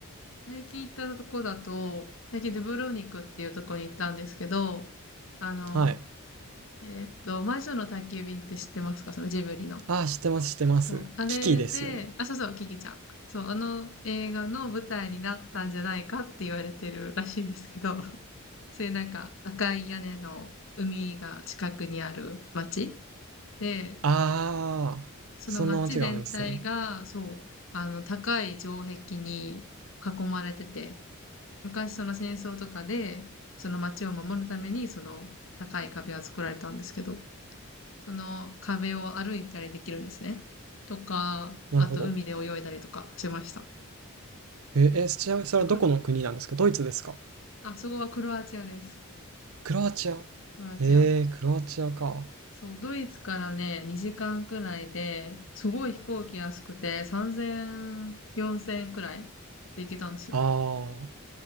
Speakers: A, on the left (about 60°); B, on the right (about 75°).
A: 最近行ったとこだと、最近ドゥブロニクっていうとこに行ったんですけど、あの、
B: はい。
A: えーっと、魔女の宅急便って知ってますかそのジブリの。
B: ああ、知ってます、知ってます。
A: そう。あれで、
B: キキですよね。
A: あ、そうそう、キキちゃん。そう、あの映画の舞台になったんじゃないかって言われてるらしいんですけど、<laughs> そういうなんか赤い屋根の海が近くにある町で、
B: ああ、
A: その町全体が、
B: そんな街があるんですね。
A: そう、あの、高い城壁に囲まれてて、昔その戦争とかで、その街を守るために、その高い壁が作られたんですけど、その壁を歩いたりできるんですね。とか、
B: なるほど。
A: あと海で泳いだりとかしました。
B: えー、えちなみにそれはどこの国なんですかドイツですか
A: あ、くるあ、そこはクロアチアです。
B: クロアチア。
A: クロアチア。
B: へえ、クロアチアか。
A: そう、ドイツからね、2時間くらいで、すごい飛行機安くて、3000、4000くらいで行けたんですよ。
B: ああ、